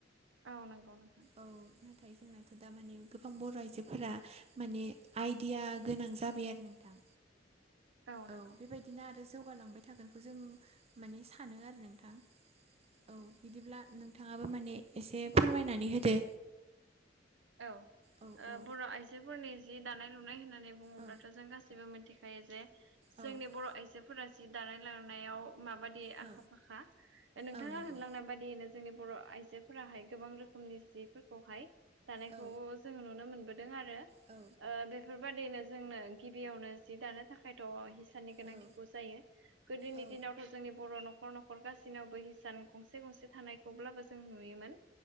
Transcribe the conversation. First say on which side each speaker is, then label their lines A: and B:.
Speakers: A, on the right; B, on the right.
A: औ नंगौ नोंथां।
B: औ नाथाय। जोंनाथ' दा माने गोबां बर' आइजोफोरा माने आइडिया गोनां जाबाय आरो नोंथां।
A: <inaudible>
B: औ
A: नंगौ
B: बेबायदिनो आरो जौगालांबाय थागोनखौ जों माने सानो आरो नोंथां। औ बिदिब्ला नोंथाङाबो माने एसे फोरमायनानै होदो।
A: औ
B: औ औ
A: बर' आइजोफोरनि जि दानाय लुनाय होननानै बुङोब्लाथ'
B: औ
A: जों गासैबो मोनसे देखायो जे जोंनि
B: औ
A: बर' आइजोफोरा जि दानाय लांनायाव माबादि
B: औ
A: आखा फाखा ओ नोंथाङा
B: औ नंगौ
A: होनलांनाय बादियैनो जोंनि बर' आइजोफोराहाय गोबां रोखोमनि जिफोरखौहाय दानायखौ।
B: औ
A: जोङो नुनो मोनबोदों आरो।
B: औ।
A: बेफोरबादिनो जोंनो गिबियावनो जि दानो थाखायथ' हिसानि गोनांथिखौ
B: औ
A: जायो। गोदोनि
B: औ
A: दिनावथ' जोंनि बर' न'खर न'खर गासैनावबो हिसान गंसे गंसे थानायखौ ब्लाबो जों नुयोमोन